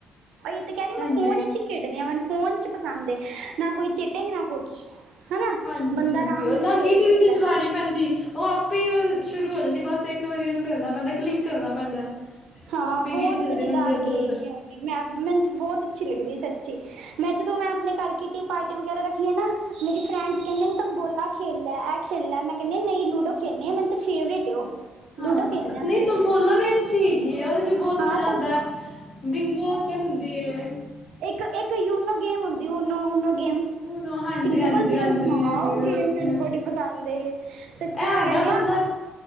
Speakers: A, on the right (about 80°); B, on the left (about 40°).
A: ਅਹੀ ਤੇ ਕਹਿ ਰਹੀ
B: ਹਾਂਜੀ
A: ਮੈਂ ਫੋਨ ਇਚ ਖੇਡਨੇ ਆ ਮੈਨ ਫ਼ੋਨ ਚ ਪਸੰਦ ਏ ਨਾ ਕੋਈ ਚੇਟਿੰਗ ਨਾ ਕੁਛ ਹਨਾ
B: ਹਾਂਜੀ
A: ਬੰਦਾ
B: ਹਾਂਜੀ
A: ਆਰਾਮ
B: ਉਹ ਨਾਲ
A: ਖੇਲ
B: ਗੀਟੀ
A: ਸਕਦਾ।
B: ਵੀ ਨੀਂ ਚਲਾਣੀ ਪੈਂਦੀ ਉਹ ਆਪੇ ਈ ਉਹ ਓ ਸ਼ੁਰੂ ਹੋ ਜਾਂਦੀ ਬਸ ਇੱਕ ਵਾਰੀ ਉਹਨੂੰ ਕਰਨਾ ਪੈਂਦਾ ਕਲਿੱਕ ਕਰਨਾ ਪੈਂਦਾ।
A: ਹਾਂ
B: ਉਹ ਆਪੇ
A: ਬੋਤ
B: ਗੀਟੀ ਚੱਲਦੀ
A: ਮਜ਼ੇਦਾਰ
B: ਰਹਿੰਦੀ ਇੱਧਰ
A: ਗੇਮ
B: ਉੱਧਰ
A: ਏ ਓ ਮੈਂ ਮੈਨ ਤੇ ਬੋਤ ਅੱਛੀ ਲੱਗਦੀ ਸੱਚੀ ਮੈਂ ਜਦੋਂ ਮੈਂ ਅਪਨੇ ਘਰ ਕਿਟੀ ਪਾਰਟੀ ਵਗੈਰਾ ਰੱਖਨੀ ਅ ਨਾ। ਮੇਰੀ ਫਰੈਂਡਸ ਕਹਿੰਦੇ ਨੇ ਤਬੌਲਾ ਖੇਲ ਲੈ ਇਹ ਖੇਲ ਲੈ ਮੈਂ ਕਹਿੰਨੀ ਆ ਨਹੀਂ ਲੁਡੋ ਖੇਲਨੀ ਆ ਮੈਂਨ ਤੇ ਫੇਵਰੇਟ ਏ ਉਹ
B: ਹਾਂ
A: ਲੂਡੋ ਖੇਲਣੇ ਆ ਅਸੀਂ
B: ਨਹੀਂ ਤੰਬੋਲਾ ਵੀ ਅੱਛੀ ਹੈਗੀ ਉਹਦੇ ਚ ਬੋਤ
A: ਹਾਂ
B: ਮਜ਼ਾ
A: ਤ
B: ਆਂਦਾ ਬਿੰਗੂ ਕਹਿੰਦੇ ਹੁੰਦ ਵ <inaudible> <unintelligible>
A: ਇੱਕ-ਇੱਕ ਯੂਨੋ ਗੇਮ ਹੁੰਦੀ ੳਨੋ ਓਨੋ ਗੇਮ
B: ਉਹ ਹਾਂਜੀ
A: ਕਿੰਨੀ
B: ਹਾਂਜੀ
A: ਵਧੀਆ
B: ਹਾਂਜੀ
A: ਹਾਂ ਉਹ ਗੇਮ ਮੈਨ
B: ਇਹ
A: ਬੜੀ ਪਸੰਦ ਏ ਸੱਚੀ
B: ਹੈਗਾ
A: ਮੈਂ ਕਹਿੰਨੀ ਆ
B: ਬੰਦਾ